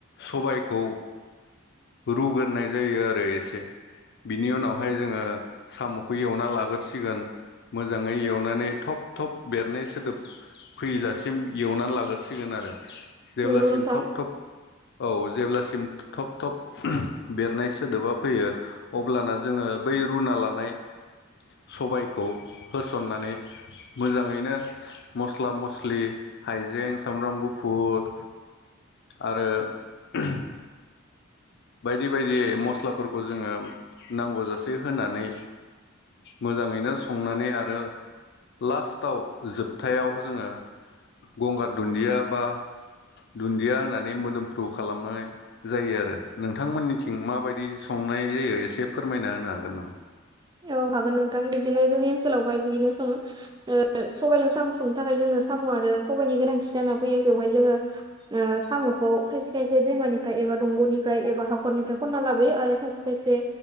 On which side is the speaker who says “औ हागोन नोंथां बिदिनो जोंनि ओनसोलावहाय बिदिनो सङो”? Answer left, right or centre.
Right